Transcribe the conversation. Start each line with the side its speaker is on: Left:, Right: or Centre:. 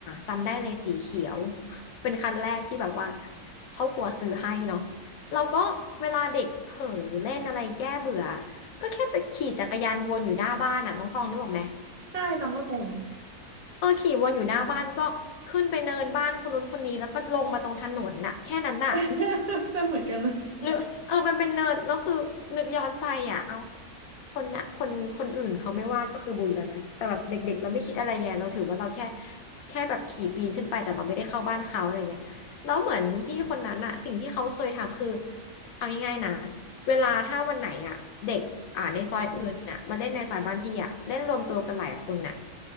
Left: จำได้เลยสีเขียว <laughs> เป็นคันแรกที่แบบว่าครอบครัวซื้อให้เนาะเราก็เวลาเด็กเห่อหรือเล่นอะไรแก้เบื่อก็แค่จะขี่จักรยานวนอยู่หน้าบ้านน่ะน้องตองนึกออกไหม
Right: ใช่ตองก็เป็น
Left: เออขี่วนอยู่หน้าบ้านก็ขึ้นไปเนินบ้านคนนู้นคนนี้แล้วก็ลงมาตรงถนนน่ะแค่นั้นน่ะ
Right: <laughs> เหมือนกันเลย
Left: หรือเออมันเป็นเนิร์ดแล้วคือนึกย้อนไปอ่ะเอาคนนะคนคนอื่นเขาไม่ว่าก็คือบุญแล้วนะแต่แบบเด็กๆเราไม่คิดอะไรไงเราถือว่าเราแค่แค่แบบขี่ปีนขึ้นไปแต่เราไม่ได้เข้าบ้านเขาอะไรเงี้ยแล้วเหมือนพี่คนนั้นอ่ะสิ่งที่เขาเคยทำคือเอาง่ายๆนะเวลาถ้าวันไหนอ่ะเด็กอ่าในซอยอื่นน่ะมาเล่นในซอยบ้านพี่อ่ะเล่นรวมตัวกันหลายคนน่ะ